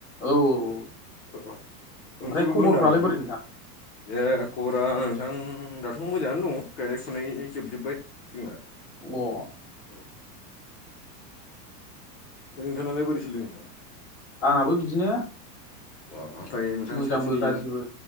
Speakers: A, on the left (about 30°); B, on the left (about 65°).
A: औ औ
B: अओ ओ
A: ओमफ्राय
B: ओंख्रिफोरखौ
A: खबरफ्रालाय
B: होनदां नोंथां।
A: बोरै
B: ए खबरा नोंथां दाथ' मोजाङानो दङ गायनाय फुनाय जोबजोब्बाय जोंना।
A: <inaudible>
B: औ ओमफाय नोंथांनाल बोरै सोलिदों नोंथां?
A: आंनाबो बिदिनो।
B: अ ओमफ्राय नोंथां
A: मोजांबो
B: सानसे निजोम
A: गाज्रिबो